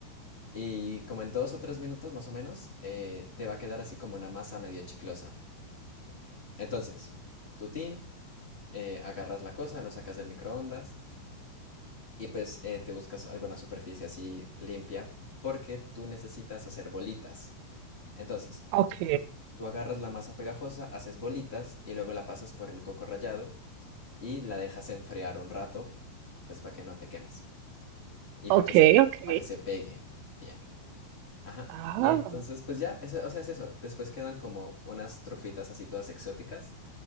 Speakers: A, on the left; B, on the right.
A: Y como en dos o tres minutos más o menos, eh, te va a quedar así como una masa medio chiclosa. Entonces, tu tin, eh, agarras la cosa, lo sacas del microondas y pues eh, te buscas alguna superficie así limpia porque tú necesitas hacer bolitas. Entonces,
B: Ok,
A: tú, tú agarras la masa pegajosa, haces bolitas y luego la pasas por el coco rallado y la dejas enfriar un rato, pues para que no te quemes y
B: ok,
A: para que se,
B: ok.
A: para que se pegue bien. Ajá.
B: Ah,
A: Y entonces, pues ya, ese- o sea, es eso. Después quedan como unas trufitas así todas exóticas